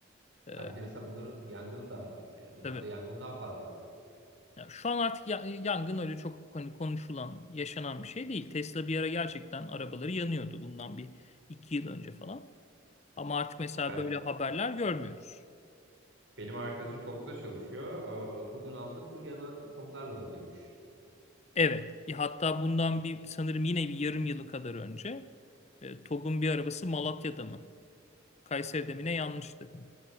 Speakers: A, on the left; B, on the right.
A: E,
B: Ha bir de mesela bunların yangını da var. Yani bunlarda
A: tabii.
B: yangın daha fazla.
A: Ya şu an artık ya- yangın öyle çok hani konuşulan, yaşanan bir şey değil. Tesla bir ara gerçekten arabaları yanıyordu bundan bir iki yıl önce falan. Ama artık mesela
B: Ben,
A: böyle haberler görmüyoruz.
B: benim arkadaşım Togg'da çalışıyor. Ee, TOG'un altı full yanan TOG'larla doluymuş.
A: Evet. e, Hatta bundan bir sanırım yine bir yarım yılı kadar önce e, TOG'un bir arabası Malatya'da mı? Kayseri'de mi ne yanmıştı.